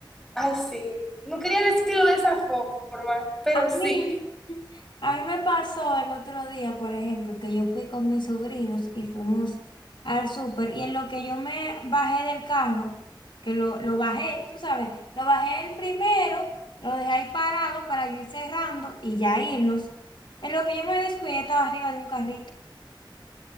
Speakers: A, in the centre; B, on the left.
A: ay sí, no quería decirlo de esa forma, pero
B: A
A: sí,
B: mí, a mí me pasó el otro día, por ejemplo, que yo fui con mis sobrinos y fuimos al súper y en lo que yo me bajé del carro, que lo, lo bajé, tú sabes, lo bajé el primero, lo dejé ahí parado para yo ir cerrando y ya irnos. En lo que yo me descuidé, estaba arriba de un carrito,